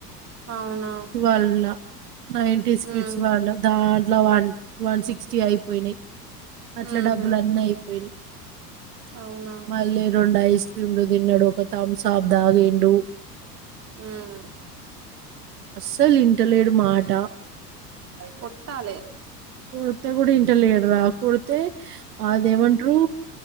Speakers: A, on the right; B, on the right.
A: అవునా
B: కల్లా నైన్టీ స్కిట్స్
A: ఉహు
B: వాళ్ల దాంట్లో వన్ వన్ సిక్స్టీ అయి పోయినయి అట్లా
A: ఉహు
B: డబ్బులు అన్ అయిపోయియి
A: అవునా
B: మల్లి రెండు అ ఐస్ క్రీమ్లు తిన్నడు ఒక థమ్ సాఫ్ దాగిండు
A: హ్మ్
B: అస్సలు ఇంటలేడు మాట
A: కొట్టాలి
B: కొడితే కూడా ఇంట లేడురా కొడితే అదేమంట్రు
A: ఉ ఉ